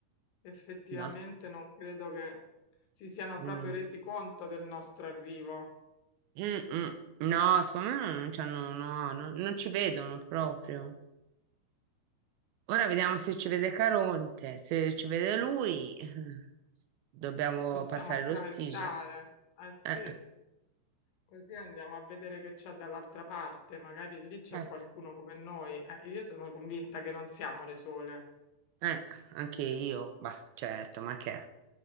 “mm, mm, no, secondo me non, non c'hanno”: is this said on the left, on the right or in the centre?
Right